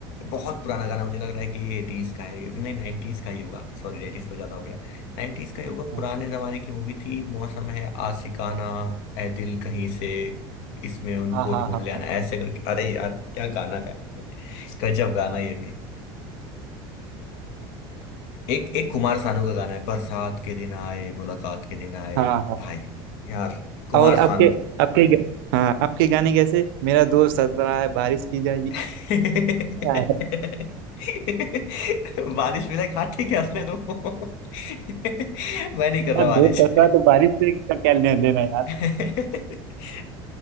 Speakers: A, on the left; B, on the right.
A: बहुत पुराना गाना मुझे लग रहा है कि ये एटीज का है ये नहीं नाइनटीज का ही होगा सॉरी एटीज तो ज्यादा हो गया नाइनटीज का ही होगा
B: हाँ
A: पुराने जमाने की मूवी थी मौसम है आशिकाना ए दिल कहीं से इसमें उनको
B: हाँ हाँ
A: ढूंढ
B: हाँ
A: ले आना ऐसे करके अरे यार क्या गाना गाया गजब गाना ये भी एक एक कुमार सानू का गाना है बरसात के दिन आए मुलाकात के दिन आए
B: हाँ हाँ हाँ।
A: भाई यार कुमार
B: और आपके
A: सानू
B: आपके ग- हाँ आपके गाने कैसे मेरा दोस्त हंस रहा है बारिश की जाएगी
A: <laughs>
B: यार,
A: बारिश मिले खा ठीक है हंसने दो <laughs> मैं नहीं कर रहा
B: दोस्त
A: बारिश
B: हंस रहा
A: <laughs>
B: है तो बारिश से इसका क्या लेना देना है यार
A: <laughs>